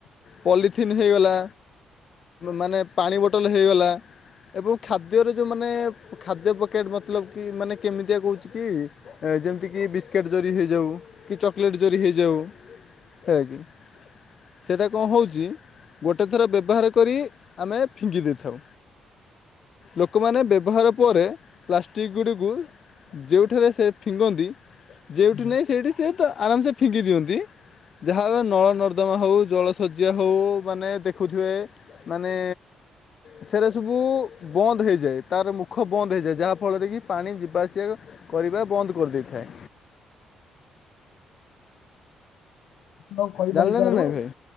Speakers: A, on the left (about 55°); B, on the left (about 80°).
A: ପଲିଥିନ୍ ହେଇଗଲା ମାନେ ପାଣି ବୋଟଲ ହୋଇଗଲା ଏବଂ ଖାଦ୍ୟରେ ଯଉ ମାନେ ଖାଦ୍ୟ ପକେଟ୍ ମତ୍ ଲବ୍ କି ମାନେ କେମିତିଆ କହୁଚି କି ଯେମତି କି ବିସ୍କିଟ ଜରି ହେଇ ଯାଉ କି ଚେକ୍ ଲେଟ୍ ଜରି ହେଇ ଯାଉ ଆଜ୍ଞା। ସେଟା କ ହେଉଚି ଗୋଟେ ଥର ବ୍ୟବହାର କରି ଆମେ ଫିଙ୍ଗି ଦେଇଥାଉ ଲୋକମାନେ ବ୍ୟବହାର ପରେ ପ୍ଲାଷ୍ଟିକ୍ ଗୁଡ଼ିକୁ ଯେଉଁଠାରେ ସେ ଫିଙ୍ଗନ୍ତି ଯେଉଁଠି
B: ଆଜ୍ଞା
A: ନେଇ ସେଇଠି ସେ ଆରାମ ସେ ଫିଙ୍କି ଦିଅନ୍ତି ଯାହା ନଳ ନଦ ନଦମା ହଉ ଜଳ ଶଯ୍ୟା ହଉ ମାନେ ଦେଖୁଥିବେ ମାନେ ସେରା ସବୁ ବନ୍ଦ ହୋଇଯାଏ ତାର ମୁଖ ବନ୍ଦ ହେଇଯାଏ ଯାହାଫଳରେ କି ପାଣି ଯିବା ଆସିବାକୁ କରିବା ବନ୍ଦ କରିଦେଇଥାଏ।
B: କ କିଇବା
A: ଜାଣିଲେ
B: ହେଇ ତାରୁ
A: ନା ନାହିଁ ଭାଇ